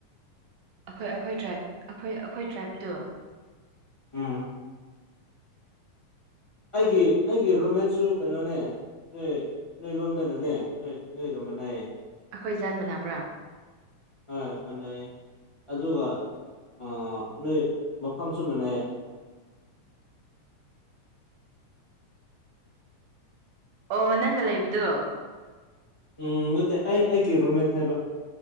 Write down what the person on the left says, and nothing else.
ꯎꯝ ꯑꯩꯒꯤ ꯑꯩꯒꯤ ꯔꯨꯝꯃꯦꯠꯁꯨ ꯀꯩꯅꯣꯅꯦ ꯅꯣꯏ ꯅꯣꯏ ꯂꯣꯝꯗꯅꯅꯦ ꯅꯣꯏ ꯅꯣꯏꯒ ꯃꯅꯩꯏꯌꯦ
ꯍꯣꯏ ꯃꯥꯅꯩꯌꯦ ꯑꯗꯨꯒ ꯑ ꯅꯣꯏ ꯃꯐꯝꯁꯨ ꯃꯥꯟꯅꯩ
ꯎꯝ ꯅꯠꯇꯦ ꯑꯩ ꯑꯩꯒꯤ ꯔꯨꯝꯃꯦꯠ ꯍꯥꯏꯕ